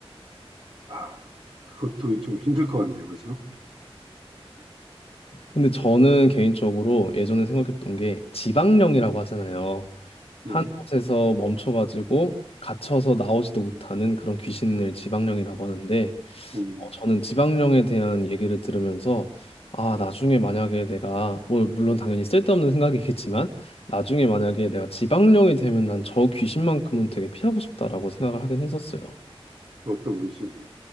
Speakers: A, on the right; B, on the left.
A: 아, 그것도 좀 힘들 것 같네요. 그죠?
B: 근데 저는 개인적으로 예전에 생각했던 게 지방령이라고 하잖아요.
A: 네.
B: 한 곳에서 멈춰가지고 갇혀서 나오지도 못하는 그런 귀신을 지방령이라고 하는데
A: 음,
B: 어, 저는 지방령에 대한 얘기를 들으면서 아, 나중에 만약에 내가 뭐 물론 당연히 쓸데없는 생각이겠지만 나중에 만약에 내가 지방령이 되면 난 저 귀신만큼은 되게 피하고 싶다라고 생각을 하긴 했었어요.
A: 어떤 귀신이요?